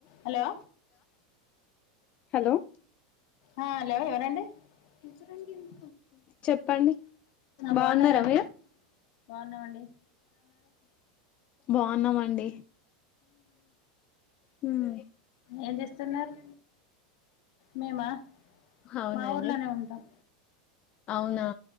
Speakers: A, on the left; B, on the left.
A: Hello
B: hello
A: ఆ hello ఎవరండి హ
B: చెప్పండి బాగున్నారా
A: బావున్నారా అండి బావున్నామండి
B: బావున్నామండి హ్మ్
A: ఏంజెస్తున్నారు మేమా
B: అవునండి
A: మా ఊర్లనే ఉంటాం
B: అవునా